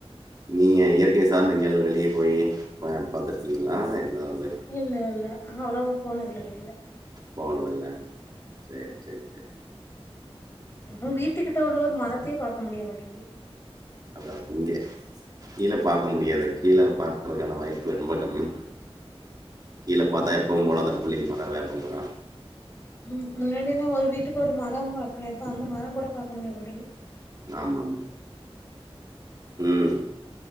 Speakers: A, on the right; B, on the left.
A: நீங்க இயற்கை சார்ந்தங்கில்ல வெளியே போயி வரன்பாரத்துருக்கிங்களா எதாவுது
B: இல்லல்ல அவ்ளோ போனதில்ல வெளில
A: போனதில்ல சேரி சேர் சேர்
B: ம் வீட்டுக்கிட்ட உள்ள ஒரு மரத்தையே பாக்க முடியமாட்டேங்கி
A: அதா இங்கயா கீழ பாக்க முடியாது கீழ பாக்கறதுக்கான வாய்ப்பு ரொம்ப கம்மி கீழ பாத்தா எப்பவு போலதா புளியமரோ வேப்பமரோ
B: ம் முன்னாடினா ஒரு வீட்டுக்கு ஒரு மரம் பாக்கலா இப்ப அந்த மரங்கூட பாக்க முடிய மாட்டேங்
A: ஆமா ம்